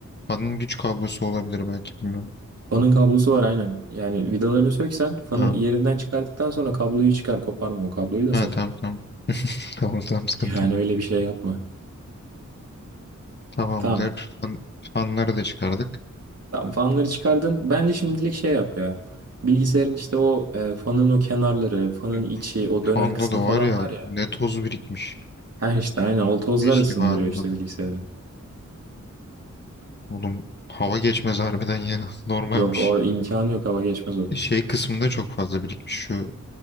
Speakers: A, on the left; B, on the right.
A: Fanın güç kablosu olabilir belki. Bilmiyorum.
B: Fanın kablosu var aynen. Yani vidalarını söksen fanı
A: Ha.
B: yerinden çıkardıktan sonra kabloyu çıkar. Koparma o kabloyu da
A: Ha,
B: sakın.
A: tamam tamam. <laughs> Tamam tamam sıkıntı
B: Yani
A: yok.
B: öyle bir şey yapma.
A: Tamamdır.
B: Tamam.
A: Fan, fanları da çıkardık.
B: Tamam fanları çıkardın. Bence şimdilik şey yap ya. Bilgisayarın işte o e, fanın o kenarları, fanın
A: Hı.
B: içi, o
A: Fanda
B: dönen kısmı
A: da
B: falan
A: var ya
B: var ya.
A: ne toz birikmiş.
B: Her işte aynen o tozlar
A: Leş
B: ısındırıyor
A: gibi harbiden.
B: işte bilgisayarı.
A: Oğlum hava geçmez harbiden ya. <laughs> Normalmiş.
B: Yok or imkanı yok hava geçmez orada.
A: Şey kısmında çok fazla birikmiş. Şu